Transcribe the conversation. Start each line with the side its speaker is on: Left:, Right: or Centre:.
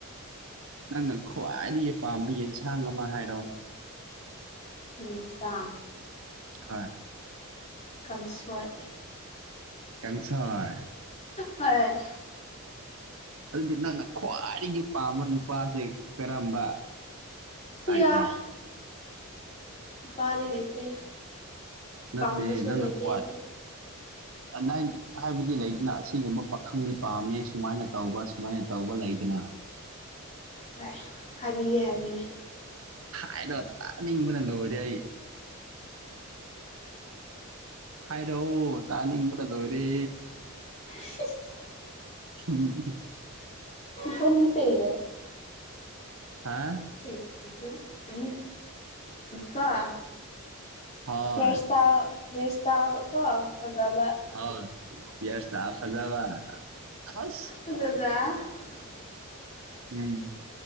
Right: ꯅꯪꯅ ꯈ꯭ꯋꯥꯏꯗꯒꯤ ꯄꯥꯝꯕ ꯌꯦꯟꯁꯥꯡ ꯑꯃ ꯍꯥꯏꯔꯣꯅꯦ
Left: ꯏꯟꯁꯥꯡ
Right: ꯍꯣꯢ
Left: ꯀꯪꯁꯣꯢ
Right: ꯀꯪꯁꯣꯢ
Left: ꯍꯣꯏ
Right: ꯑꯗꯨꯗꯤ ꯅꯪꯅ ꯈ꯭ꯋꯥꯏꯗꯒꯤ ꯄꯥꯝꯕ ꯅꯨꯄꯥꯁꯦ ꯀꯔꯝꯕ
Left: ꯁꯤꯌꯥ
Right: ꯇꯥꯏꯞꯔꯥ
Left: ꯅꯨꯄꯥꯗꯤ ꯂꯩꯇꯦ
Right: ꯅꯠꯇꯦ
Left: ꯄꯥꯝꯕꯁꯨ
Right: ꯅꯪꯅ
Left: ꯂꯩꯇꯦ
Right: ꯈꯋꯥꯢ
Left: ꯑꯩꯗꯤ
Right: ꯅꯥꯠ ꯍꯥꯏꯕꯗꯤ ꯂꯩꯗꯅ ꯑꯁꯤꯒꯨꯝꯕ ꯄꯥꯈꯪꯗꯤ ꯄꯥꯝꯃꯤ ꯁꯨꯃꯥꯏꯅ ꯇꯧꯕ ꯁꯨꯃꯥꯏꯅ ꯇꯧꯕ ꯂꯩꯗꯅ
Left: ꯍꯣꯢ ꯍꯥꯏꯕꯤꯒꯦ ꯍꯥꯏꯕꯤꯒꯦ
Right: ꯍꯥꯏꯔꯣ ꯇꯥꯅꯤꯡꯕꯅ ꯂꯣꯏꯔꯦ ꯑꯩ ꯍꯥꯏꯔꯛꯑꯣ ꯇꯥꯅꯤꯡꯕꯗ ꯂꯣꯏꯔꯦ
Left: <inaudible>
Right: ꯎꯝ <inaudible>
Left: ꯄꯨꯅꯤꯠꯇ ꯏꯕ <inaudible>
Right: ꯍꯥ
Left: ꯑ ꯀ <inaudible>
Right: ꯍꯣꯏ
Left: ꯍꯦꯔ ꯁꯇꯥꯏꯜ <inaudible> ꯍꯦꯔ ꯁꯇꯥꯏꯜ ꯀꯣ ꯐꯖꯥꯕ
Right: ꯍꯑꯣ ꯍꯤꯔ ꯢꯁꯇꯥꯜ ꯐꯖꯕ ꯑꯁ
Left: ꯑꯗꯨꯒ ꯆ <inaudible>
Right: ꯎꯝ